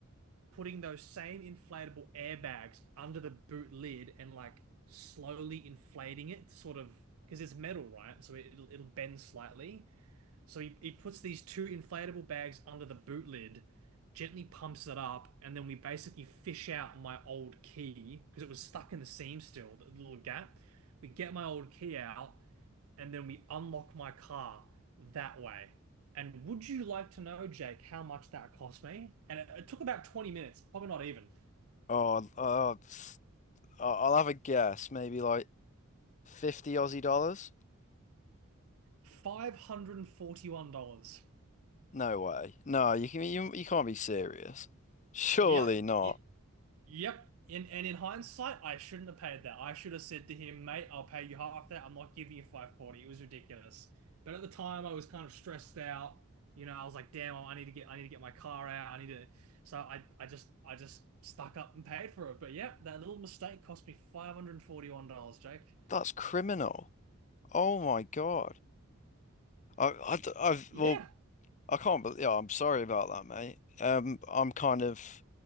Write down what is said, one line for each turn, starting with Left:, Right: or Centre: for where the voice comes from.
Right: putting those same inflatable airbags under the boot lid and like slowly inflating it, sort of because it's metal, right? So it, will it'll bend slightly. So he, he puts these two inflatable bags under the boot lid, gently pumps it up, and then we basically fish out my old key because it was stuck in the seam still, the little gap. We get my old key out and then we unlock my car that way. And would you like to know, Jake, how much that cost me? And it, it took about 20 minutes, probably not even.
Left: Oh, uh, s- I- I'll have a guess. Maybe like 50 Aussie dollars?
Right: $541.
Left: No way. No, you can you, you can't be serious. Surely
Right: Yep.
Left: not.
Right: Yep. In, and in hindsight, I shouldn't have paid that. I should have said to him, mate, I'll pay you half that. I'm not giving you 540. It was ridiculous. But at the time, I was kind of stressed out. You know, I was like, damn, I need to get I need to get my car out. I need to so I I just I just stuck up and paid for it. But yeah, that little mistake cost me $541, Jake.
Left: That's criminal. Oh my God. I, I, have
Right: Yeah.
Left: I can't believe, yeah, I'm sorry about that, mate. Um, I'm kind of,